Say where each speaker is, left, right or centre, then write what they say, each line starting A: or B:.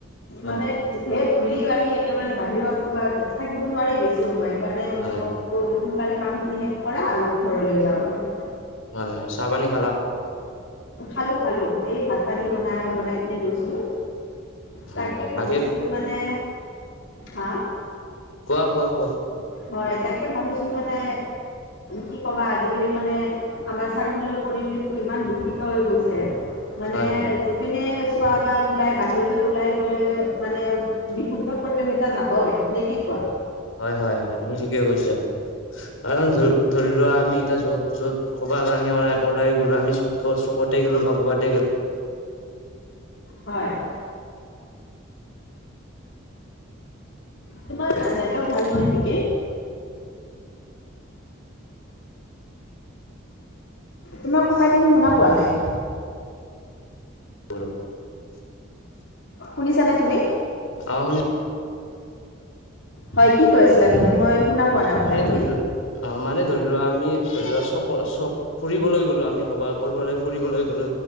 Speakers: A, on the left; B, on the left.
A: হয়
B: মানে
A: হয়
B: যিটোহে ধূলি, বালি একেবাৰে বাহিৰত তোমাৰ থাকিব নোৱাৰি বেছি সময়। মানে
A: হয়
B: মোকো সোনকালে কামখিনি শেষ কৰা আৰু ঘৰলৈ যাওঁ আৰু।
A: হয়, হয়। চাহ - পানী খালা?
B: খালো, খালোঁ। এই ভাত- পানী বনাই-বনাই পিনে গৈছিলো।
A: হয়
B: তাকে
A: হয়
B: ভাবিছিলোঁ
A: বাকী
B: মানে হা!
A: কোৱা, কোৱা, কোৱা?
B: হয়। তাকে ভাবিছিলো মানে, কি কবা আজিকালি মানে আমাৰ চাৰিওফালৰ পৰিৱেশটো ইমান দূষিত হৈ গৈছে। মানে
A: হয় হয়
B: যিপিনে চোৱা বা ওলাই বাহিৰলৈ ওলাই গ'লে মানে বিশুদ্ধ পৰিৱেশ এটা নাপাওঁয়ে নে কি কোৱা?
A: হয়-হয়-হয়, তুমি ঠিকে কৈছা। কাৰণ ধ ধৰি লোৱা, আমি এতিয়া য'ত য'ত ক'ৰবা লাণি ওলাই-ওলাই গ'লো, আমি চক- চকতে গ'লো বা ক'ৰবাতে গে
B: হয়। তোমাৰ নেটৱৰ্ক ভাল নহয় নেকি? তোমাৰ কথাখিনি শুনা পোৱা নাই।
A: গ'লো <inaudible>
B: শুনিছানে তুমি?
A: অ শুনি
B: হয়, কি কৈ আছিলা তুমি? মই শুনা পোৱা নাই কথাখিনি।
A: মানে ধৰি লো অ মানে ধৰি লোৱা আমি ধৰি লোৱা চ ক চব ফুৰিলৈ গ'লো আমি ক'ৰবাত, ক'ৰবালৈ ফুৰিবলৈ গ'লো